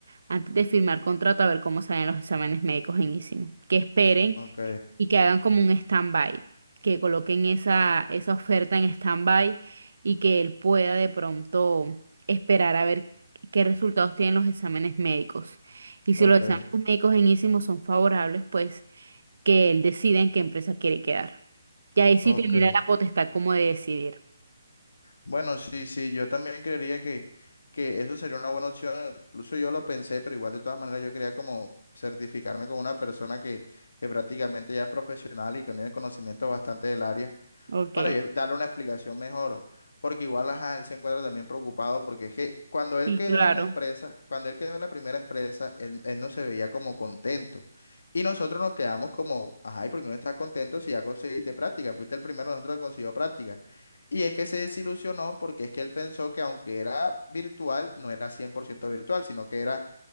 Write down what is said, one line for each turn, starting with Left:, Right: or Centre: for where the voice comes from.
Right: antes de firmar contrato a ver cómo salen los exámenes médicos en ISIM. Que esperen
Left: ok,
Right: y que hagan como un stand-by, que coloquen esa, esa oferta en stand-by y que él pueda de pronto esperar a ver qué resultados tienen los exámenes médicos. Y si
Left: ok,
Right: los exámenes médicos en ISIMO son favorables, pues que él decida en qué empresa quiere quedar. Y ahí sí
Left: ok.
Right: tendría la potestad como de decidir.
Left: Bueno, sí, sí, yo también creería que, que eso sería una buena opción. Incluso yo lo pensé, pero igual de todas maneras yo quería como certificarme con una persona que, que prácticamente ya es profesional y que tiene conocimiento bastante del área
Right: Ok,
Left: para yo darle una explicación mejor. Porque igual, ajá, él se encuentra también preocupado porque es que cuando él
Right: sí,
Left: quedó
Right: claro.
Left: en la empresa, cuando él quedó en la primera empresa, él, él no se veía como contento. Y nosotros nos quedamos como, ajá, ¿y por qué no estás contento si ya conseguiste práctica? Fuiste el primero de nosotros que consiguió práctica. Y es que se desilusionó porque es que él pensó que aunque era virtual, no era 100% virtual, sino que era,